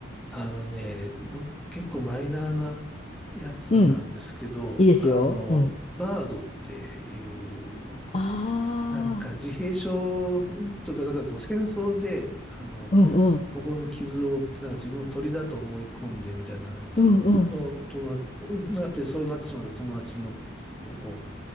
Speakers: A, in the centre; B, on the left.
A: あのね、もう結構マイナーなやつなんですけど、
B: うん、いいですよ。
A: あの、
B: うん。
A: バードっていう
B: ああ、
A: なんか自閉症とか、なんかこう戦争で、あの、
B: うんうん、
A: 心の傷を負って、なんか自分を鳥だと思い込んでみたいなやつの、
B: うんうん、
A: の友達、なって、そうなってしまった友達の、をこう、